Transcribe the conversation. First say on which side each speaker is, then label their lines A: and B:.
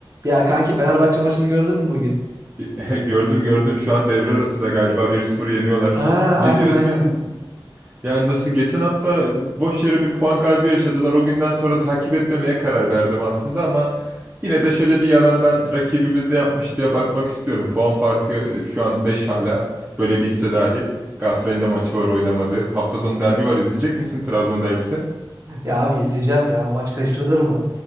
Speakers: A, on the right (about 35°); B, on the right (about 20°).
A: Ya kanki Fenerbahçe maçını gördün mü bugün?
B: <laughs> He, gördüm gördüm şu an devre arasında galiba bir sıfır yeniyorlar.
A: Aa,
B: Ne
A: aynen
B: diyorsun?
A: aynen.
B: Ya nasıl geçen hafta boş yere bir puan kaybı yaşadılar. O günden sonra takip etmemeye karar verdim aslında ama yine de şöyle bir yalandan rakibimiz de yapmış diye bakmak istiyorum. Puan farkı şu an beş hala böyle bitse dahi. Galatasaray'ın da maçı var oynamadığı. Hafta sonu derbi var izleyecek misin Trabzon derbisi?
A: Ya abi izleyeceğim ya. O maç kaçırılır mı?